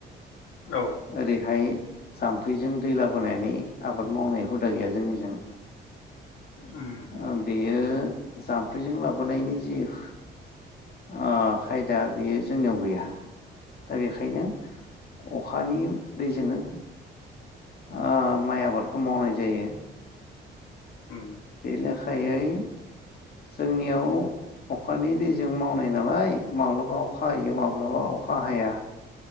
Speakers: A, on the left; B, on the left.
A: औ।
B: ओरैहाय जाम्फैजों दै लाबोनानै आबाद मावनाय हुदा गैया जोंनिजों।
A: उम।
B: ओ बेयो जाम्फैजों लाबोनायनि जि ‌ आह खायदा बेयो जोंनियाव गैया दा बेखायनो अखानि दैजोंनो आह माइ आबादखौ मावनाय जायो।
A: उम।
B: बे लेखायै जोंनियाव अखानि दैजों मावनाय नालाय माब्लाबा अखा हायो माब्लाबा अखा हाया।